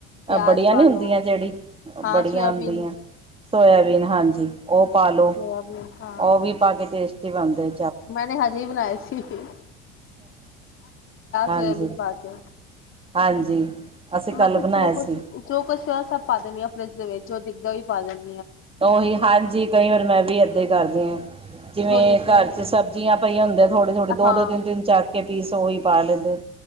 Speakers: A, on the left; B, on the right.
A: ਪਿਆਜ
B: ਬੜੀਆਂ
A: ਪਾ
B: ਨਹੀਂ
A: ਲੋ
B: ਹੁੰਦੀਆਂ ਜਿਹੜੀ
A: ਹਾਂ
B: ਬੜੀਆਂ
A: ਸੋਇਆਬੀਨ
B: ਹੁੰਦੀਆਂ ਸੋਆਬੀਨ ਹਾਂਜੀ। ਓ ਪਾਲੋ
A: ਸੋਇਆਬੀਨ ਹਾਂ
B: ਉਹ ਵੀ ਪਾ ਕੇ ਟੇਸਟੀ ਬਣਦੇ‌
A: ਮੈਂਨੇ ਹਜੇ ਈ ਬਣਾਏ ਸੀ। ਠੀਕ ਏ
B: ਹਾਂਜੀ-ਹਾਂਜੀ
A: ਸੋਇਆਬੀਨ ਪਾ ਕੇ
B: ਅਸੀਂ ਕੱਲ
A: ਮਤਲਬ
B: ਬਣਾਏ
A: ਜੋ ਕੁਛ
B: ਸੀ।
A: ਜੋ ਕੁਛ ਹੋਇਆ ਸਭ ਪਾ ਦਿੰਦੀ ਹਾਂ ਫ੍ਰਿਜ ਦੇ ਵਿੱਚ ਜੋ ਦਿਖਦਾ ਓਹੀ ਪਾ ਦਿੰਨੀ ਆ,
B: ਉਹੀ ਹਾਂਜੀ ਕਈ ਵਾਰ ਮੈਂ ਵੀ ਇੱਦਾਂ ਈ ਕਰਦੀ ਆ, ਜਿਵੇਂ
A: ਜੋ ਦਿਖਦਾ
B: ਘਰ
A: ਉਹੀ
B: ਚ
A: ਪਾ
B: ਸਬਜ਼ੀਆਂ
A: ਦਿੰਦੀ
B: ਪਈਆਂ ਹੁੰਦੇ ਥੋੜੇ-ਥੋੜੇ
A: ਹਾਂ
B: ਦੋ-ਦੋ
A: ਹਾਂ
B: ਤਿੰਨ-ਤਿੰਨ, ਚਾਰ ਕੇ ਪੀਸ ਓਹੀ ਪਾ ਲੈਂਦੇ।